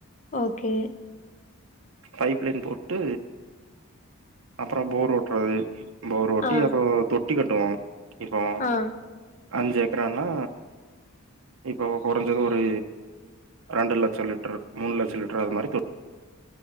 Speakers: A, on the left (about 35°); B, on the right (about 75°).
A: ஓகே
B: பைப் லைன் போட்டு அப்பறம் போர் ஓட்டுறது தொட்டி
A: ஆ
B: அப்றம் தொ தொட்டி கட்டுவோம் இப்போ
A: ஆ
B: அஞ்சு ஏக்கரானா இப்போ கொறைஞ்சது ஒரு ரெண்ர லட்சம் லிட்டரு மூணு லட்சம் லிட்டர் அது மாதிரி தொ